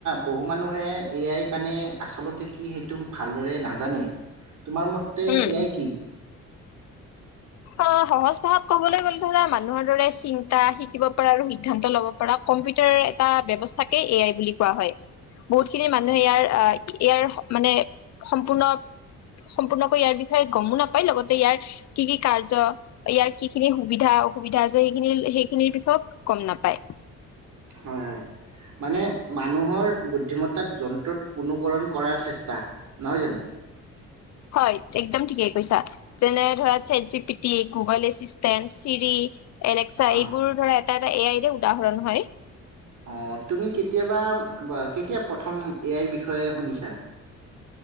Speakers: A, on the right (about 70°); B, on the left (about 60°).
A: বহু মানুহে এয়াই মানে আচলতে কি সেইটো ভালদৰে নাজানে। তোমাৰ মতে
B: উম
A: এয়াই কি।
B: অ, সহজ ভাষাত কবলৈ গলে ধৰা মানুহৰ দৰে চিন্তা শিকিব পৰা আৰু সিদ্ধান্ত লব পৰা কম্পিউটাৰ এটা ব্যৱস্থাকে এ আই বুলি কোৱা হয়, বহুত খিনি মানুহে ইয়াৰ আহ ইয়াৰ মানে সম্পূৰ্ণ সম্পূৰ্ণকৈ ইয়াৰ বিষয়ে গমো নাপায় লগতে ইয়াৰ কি কি। কাৰ্য ইয়াৰ কি খিনি সুবিধা অসুবিধা আছে সেইখিনি সেইখিনিৰ বিষয়েত গম নাপায়।
A: হয় হয়, মানে মানুহৰ বুদ্ধিমত্তাক যন্ত্ৰত অনুকৰণ কৰাৰ চেষ্টা নহয় জানো।
B: হয় একদম ঠিকেই কৈছা, যেনে ধৰ chat G P T Google assistant Siri. এনেক্সা
A: অ',
B: এইবোৰ ধৰা। এটা এ আইৰে উদাহৰণ হয়।
A: অঁ, তুমি কেতিয়াবা কেতিয়া প্ৰথম এ আইৰ বিষয়ে শুনিছা।